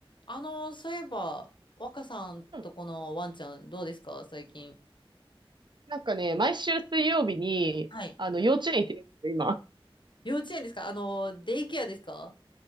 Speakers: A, on the left (about 55°); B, on the right (about 50°).
A: あの、そういえば、若さんとこのワンちゃんどうですか最近。
B: うんなんかね、毎週水曜日に、
A: はい。
B: あの、幼稚園行ってるんですよ、今。
A: 幼稚園ですかあの、デイケアですか